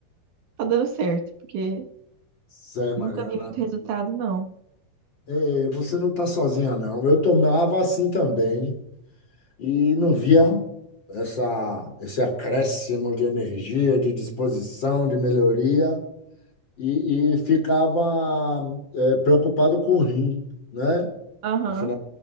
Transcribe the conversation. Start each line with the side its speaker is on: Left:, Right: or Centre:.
Right: tá dando certo, porque
Left: Zé, Mariana,
Right: nunca vi muito resultado, não.
Left: eh, você não está sozinha, não. Eu tomava assim também e não via essa, esse acréscimo de energia, de disposição, de melhoria. e, e ficava eh, preocupado com o rim, né?
Right: Aham,
Left: Afinal,